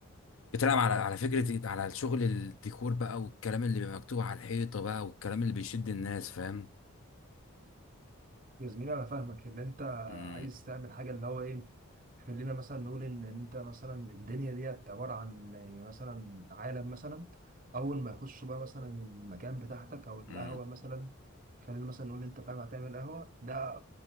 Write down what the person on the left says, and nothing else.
بتلعب على على فكره إيه، على شغل الديكور بقى والكلام اللي بيبقى مكتوب على الحيطه بقى والكلام اللي بيشد الناس فاهم
امم
امم